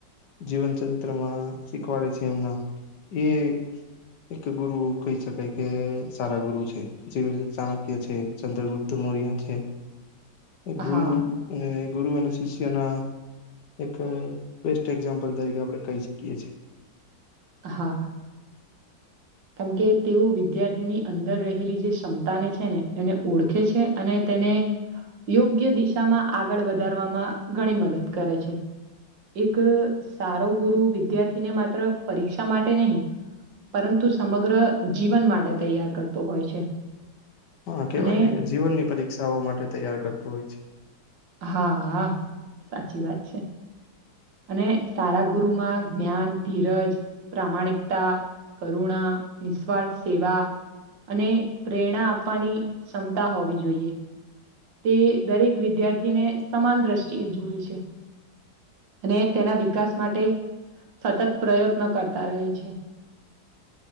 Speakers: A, on the left; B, on the right.
A: જીવન ચરિત્રમાં શીખવાડે છે એમના. એ એક ગુરુ કહી શકાય કે સારા ગુરુ છે. જેવી રીતે ચાણક્ય છે, ચંદ્રગુપ્ત મૌર્ય છે. એક ગુરુ
B: હા
A: અને ગુરુ અને શિષ્યના એક બેસ્ટ એક્ઝામ્પલ તરીકે આપણે કહી શકીએ છે.
B: હા. કેમ કે તેઓ વિદ્યાર્થી ની અંદર રહેલી જે ક્ષમતાને છે ને એને ઓળખે છે, અને તેને યોગ્ય દિશામાં આગળ વધારવામાં ઘણી મદદ કરે છે. એક સારો ગુરુ વિદ્યાર્થીને માત્ર પરીક્ષા માટે નહીં પરંતુ સમગ્ર જીવન માટે તૈયાર કરતો હોય છે.
A: હા કેવાય
B: અને
A: ને કે જીવનની પરીક્ષાઓ માટે તૈયાર કરતું હોય છે.
B: હા, હા સાચી વાત છે. અને સારા ગુરુમાં જ્ઞાન, ધીરજ, પ્રામાણિકતા કરુણા, નિસ્વાર્થ સેવા અને પ્રેરણા આપવાની ક્ષમતા હોવી જોઈએ. તે દરેક વિદ્યાર્થીને સમાન દ્રષ્ટિએ જુએ છે. અને તેના વિકાસ માટે સતત પ્રયત્ન કરતા રહે છે.